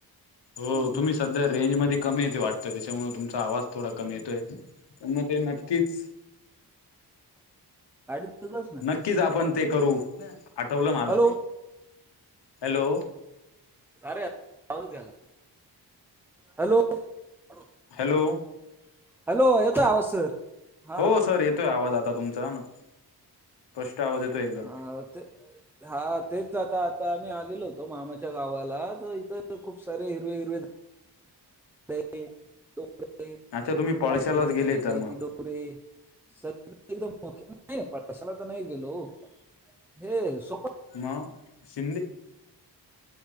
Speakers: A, on the left; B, in the centre.
A: हो
B: म्हणजे
A: तुम्ही सध्या रेंजमध्ये कमीे येते वाटतं त्याच्यामुळे तुम चा आवाज थोडा कमी येतोय प मग ते नक्कीच.
B: अडीत तसंच ना.
A: नक्कीच आपण ते करू आठवलं मला
B: हॅलो
A: हॅलो.
B: अरे आवरू त्याला. हॅलो-हॅलो
A: हॅलो
B: येतोय आवाज सर. हा
A: हो सर येतोय आवाज आता तुमचा ना स्पष्ट आवाज येतोय एकदम.
B: हा, ते. हा तेच आता-आता आम्ही आलेलो होतो. मामाच्या गावाला तर इथ खूप सारे हिरवे हिरवे काही ती डोंगरे
A: अच्छा तुम्ही पळशालाच
B: काही ती झाडे
A: गेले
B: काय काही
A: तर मग
B: ते डोगंरे. सर नाही एकदम ओके कशाला तर नाही गेलो. हे सोपय.
A: म शिंदे